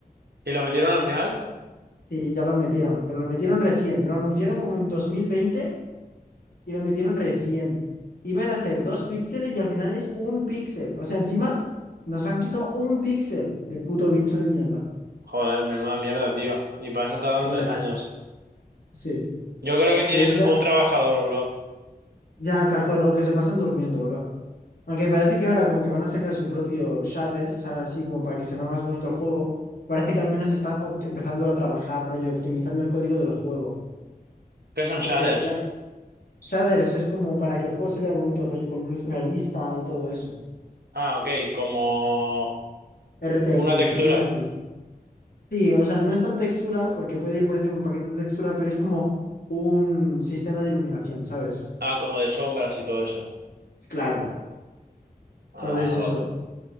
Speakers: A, on the right; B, on the left.
A: ¿Y lo metieron al final?
B: Sí, ya lo metieron, pero lo metieron recién. Lo anunciaron como en 2020 y lo metieron recién. Iban a ser dos píxeles y al final es un píxel. O sea, encima nos han quitado un píxel de puto bicho de mierda.
A: Joder, menuda mierda, tío. Y para eso tardan
B: Sí,
A: tres
B: la verdad.
A: años.
B: Sí.
A: Yo creo que tienen
B: Entonces ya,
A: un trabajador, bro.
B: ya tal cual, o que se pasan durmiendo, bro. Aunque parece que ahora como que van a sacar su propio shaders, ¿sabes? Así como para que se vea más bonito el juego. Parece que al menos están opt- empezando a trabajar, rollo, optimizando el código del juego.
A: ¿Qué son
B: Porque
A: shaders?
B: la, shaders es como para que el juego se vea bonito, rollo, con luz realista y todo eso.
A: Ah, ok, como
B: RTX,
A: una textura.
B: movidas así. sí. Sí, o sea, no es tan textura, porque puede ir por encima un paquete de textura, pero es como un sistema de iluminación, ¿sabes?
A: Ah, como de sombras y todo eso.
B: Es Claro.
A: Ah,
B: Entonces, eso.
A: God.